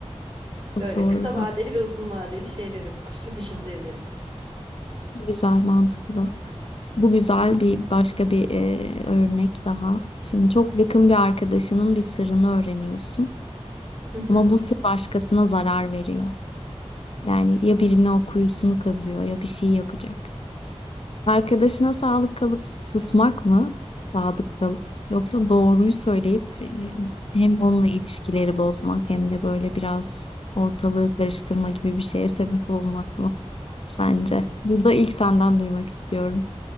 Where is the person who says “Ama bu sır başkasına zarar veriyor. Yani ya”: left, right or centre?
Left